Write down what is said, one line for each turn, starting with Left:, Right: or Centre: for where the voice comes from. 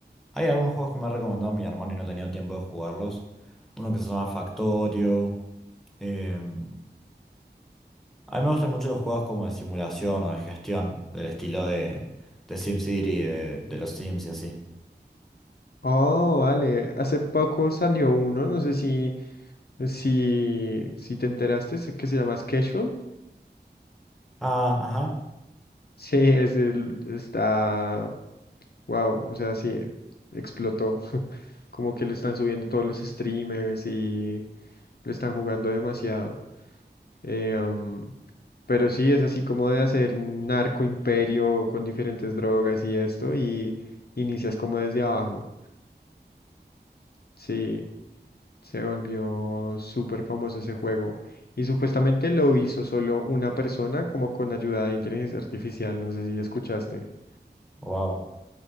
Centre: hay algunos juegos que me ha recomendado mi hermano y no he tenido tiempo de jugarlos. Uno que se llama Factorio. Em, a mí me gustan mucho los juegos como de simulación o de gestión, del estilo de, de SimCity, de, de los Sims y así.
Left: Oh, vale. Hace poco salió uno, no sé si, si, si te enteraste, sé que se llama Schedule.
Centre: Ah, ajá.
Left: Sí, es el, está, wow, o sea, sí, explotó. Como que lo están subiendo todos los streamers y lo están jugando demasiado. Eh, am, pero sí, es así como de hacer un narco imperio con diferentes drogas y esto, y inicias como desde abajo. Sí, se volvió súper famoso ese juego. Y supuestamente lo hizo solo una persona, como con ayuda de inteligencia artificial, no sé si escuchaste. <laughs>
Centre: Wow.